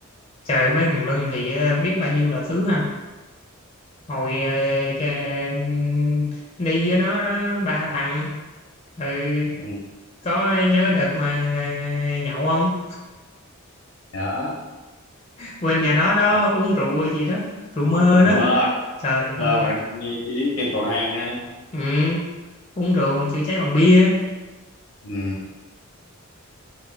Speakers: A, on the left; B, on the left.
A: Trời với thằng Lân thì ờ, biết bao nhiêu là thứ ha. Hồi ờ, cha- đi với nó, nó ba thằng rồi
B: ừ.
A: có nhớ đợt mà ng- ng- nhậu không?
B: nhớ
A: <laughs> Quên nhà nó đó
B: Ờ,
A: uống rượu gì đó, rượu mơ
B: cũng
A: đó.
B: mơ
A: Trời
B: mơ
A: ơi.
B: mà đang như ý trên cầu thang á
A: Ừ, uống rượu mà chữa cháy bằng bia.
B: ừ